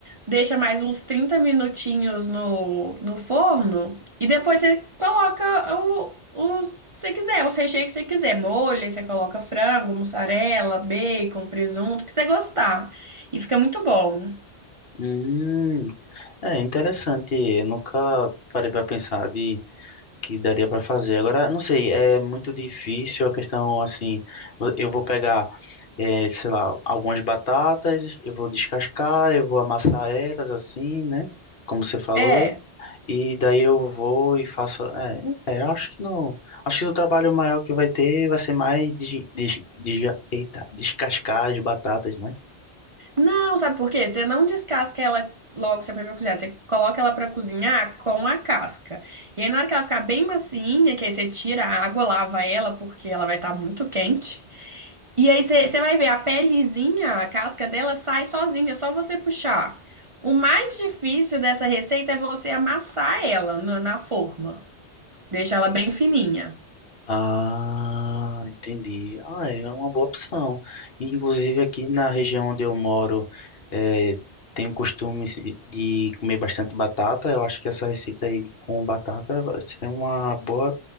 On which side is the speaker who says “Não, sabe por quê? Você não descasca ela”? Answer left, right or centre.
Right